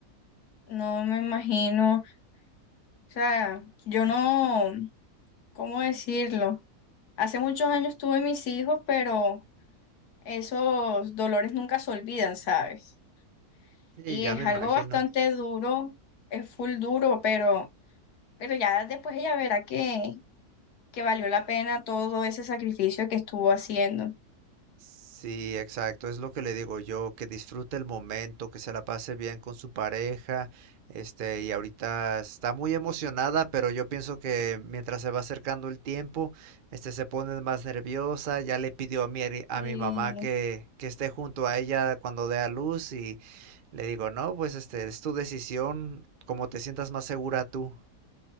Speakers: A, on the left; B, on the right.
A: no me imagino. O sea, yo no, ¿cómo decirlo? Hace muchos años tuve mis hijos, pero esos dolores nunca se olvidan, ¿sabes?
B: Sí,
A: Y
B: ya
A: es
B: me imagino.
A: algo bastante duro, es full duro, pero, pero ya después ella verá que, que valió la pena todo ese sacrificio que estuvo haciendo.
B: Sí, exacto, es lo que le digo yo, que disfrute el momento, que se la pase bien con su pareja, este, y ahorita está muy emocionada, pero yo pienso que mientras se va acercando el tiempo, este, se pone más nerviosa, ya le pidió a mi, a
A: Sí.
B: mi mamá que, que esté junto a ella cuando dé a luz y le digo, no, pues este, es tu decisión, como te sientas más segura tú.